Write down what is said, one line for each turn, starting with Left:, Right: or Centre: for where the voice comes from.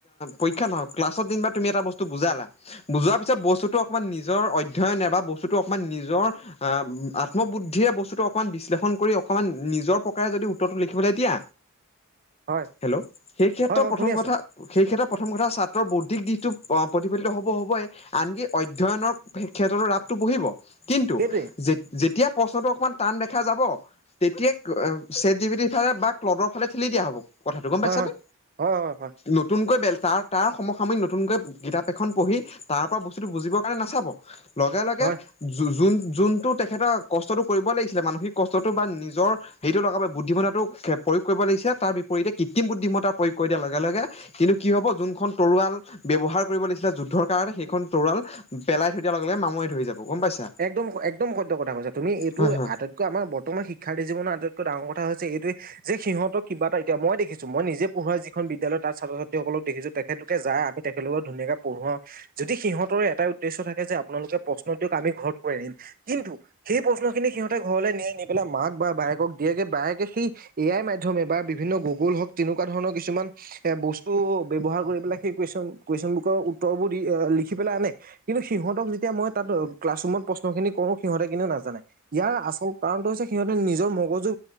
Left: পৰীক্ষা নহওক ক্লাছ তিনিবাৰ তুমি এটা বস্তু বুজালা বুজোৱাৰ পিছত। বস্তুতটো অকণমান নিজৰ অধ্যয়নে বা বস্তুটো অকণমান নিজৰ অ আত্মবুদ্ধিয় বস্তু। অকমান বিশ্লেষণ কৰি অকণমান নিজৰ প্ৰকাৰে যদি উত্তৰটো লিখিবলৈ দিয়া।
Right: হয়
Left: হেল্ল' সেই ক্ষেত্ৰত
Right: হয় হয়
Left: প্ৰথম
Right: শুনি
Left: কথা
Right: আছো।
Left: সেই ক্ষেত্ৰত প্ৰথম কথা। বৌদ্ধিক দিশটো প্ৰতিফলিত হ'ব হ'বই আনকি অধ্যয়নৰ ক্ষেত্ৰতো ৰাপটো বহিব। কিন্তু
Right: সেইটোৱে
Left: যে যেতিয়া প্ৰশ্নটো অকণমান। টান দেখা যাব তেতিয়া চেট জিপিটিৰ ফালে বা ক্লডৰ ফালে ঠেলি দিয়া হব। কথাটো গম পাইছানে
Right: হয় হয় হয় হয় হয়
Left: নতুনকৈ ব তাৰ তাৰ সময় সাময়িক নতুনকৈ কিতাপ এখন পঢ়ি তাৰ পৰা বস্তুটো বুজিবৰ কাৰণে নাচাব। লগে লগে
Right: হয়
Left: য যোনটো তেখেতৰ কষ্টটো কৰিব লাগিছিল। মানসিক কষ্টটো বা নিজৰ হেৰিটো লগাব <unintelligible> বুদ্ধিমতাটো প্ৰয়োগ কৰিব লাগিছে তাৰ বিপৰীতে কৃত্ৰিম বুদ্ধিত। প্ৰয়োগ কৰি দিয়াৰ লগে লগে কিন্তু কি হ'ব যোনখন তৰোৱাল ব্যৱহাৰ কৰিব লাগিছিলে যুদ্ধৰ কাৰণে সেইখন তৰাল পেলাই থৈ দিয়াৰ লগে লগে মামৰে ধৰি যাব। গম পাইছা
Right: একদম একদম সত্য কথা কৈছা তুমি এইটো
Left: হয় হয়
Right: আদত। আমাৰ বৰ্তমান শিক্ষাৰ্থী জীৱনৰ আটাইতকৈ ডাঙৰ কথা হৈছে এইটোৱে যে সিহঁত কিবা এতিয়া মই দেখিছো মই নিজে পঢ়োৱা যিখন বিদ্যালয় তাত ছাত্ৰ ছাত্ৰীসকলক দেখিছো তেখেতলোকে যায় আমি তেখেতলোকক ধুনাীয়াকে পঢ়োআও যদি সিহঁত এটাই উদ্দেশ্য থাকে যে আপোনালোকে প্ৰশ্ন দিয়ক আমি ঘৰত কৰি আনিম কিন্তু সেই প্ৰশ্ন খিনি সিহঁতে ঘৰলৈ নিয়াই নি পেলাই মাক বা বায়েক দিয়েে বায়ে সেই এ আই মাধ্যমে বা বিভিন্ন গুগল হওক তেনেকুৱা ধৰণৰ কিছুমান এ বস্তু ব ব্যৱহাৰ সেই কেশন বু উত্তৰবোৰ দি লিখি পেলাই আনে কিন্তু সিহঁতক যেতিয়া মই তাত ক্লাছৰৰুমত প্ৰশ্ন খিনি কৰো সিহঁতে কিন্তু নাজানে ইয়াৰ আচল কাৰণটো হৈছে সিহঁতে নিজৰ মগজু